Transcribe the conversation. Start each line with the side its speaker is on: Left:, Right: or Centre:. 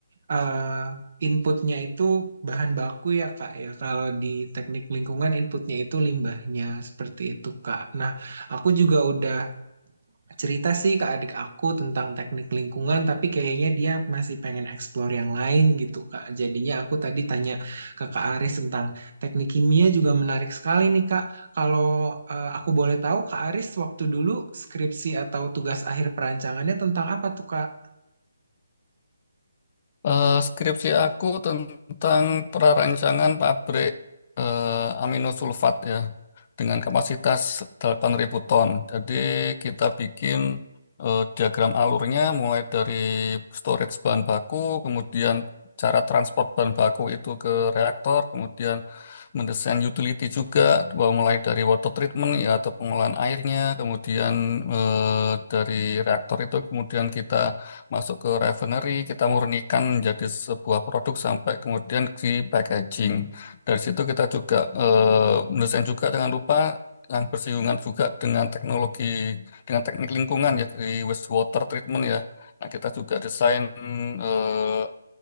Right: eh, inputnya itu bahan baku ya Kak ya. Kalau di teknik lingkungan inputnya itu limbahnya seperti itu Kak. Nah, aku juga udah cerita sih ke adik aku tentang teknik lingkungan, tapi kayaknya dia masih pengen explore yang lain gitu, Kak. Jadinya aku tadi tanya ke Kak Aris tentang teknik kimia juga menarik sekali nih, Kak. Kalau eh, aku boleh tahu, Kak Aris waktu dulu skripsi atau tugas akhir perancangannya tentang apa tuh, Kak?
Left: Eh, skripsi aku tentang prarancangan pabrik eh, aminosulfat ya dengan kapasitas 8.000 ton. Jadi kita bikin eh, diagram alurnya mulai dari storage bahan baku, kemudian cara transport bahan baku itu ke reaktor, kemudian mendesain utility juga bahwa mulai dari water treatment ya atau pengolahan airnya kemudian eh, dari reaktor itu kemudian kita masuk ke refinery kita murnikan menjadi sebuah produk sampai kemudian di packaging dari situ kita juga eh, mendesain juga jangan lupa yang bersinggungan juga dengan teknologi dengan teknik lingkungan ya di wastewater treatment ya nah kita juga desain eh,